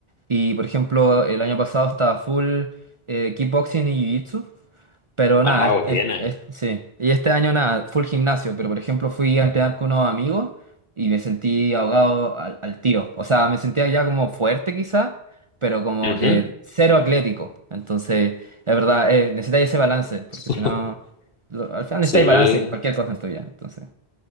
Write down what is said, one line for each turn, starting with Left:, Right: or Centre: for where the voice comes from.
Right: Y por ejemplo, el año pasado estaba full eh, kickboxing y jiu-jitsu. Pero
Left: Ah,
Right: nada,
Left: buena.
Right: es- es- es- sí. Y este año nada, full gimnasio, pero por ejemplo fui a entrenar con unos amigos y me sentí ahogado al, al tiro. O sea, me sentía ya como fuerte quizá, pero como
Left: Ujú.
Right: que cero atlético. Entonces, es verdad, eh, necesitáis ese balance, porque
Left: <laughs>
Right: si no, lo- al final
Left: Sí,
Right: necesitáis balance en cualquier cosa en tu vida. Entonces,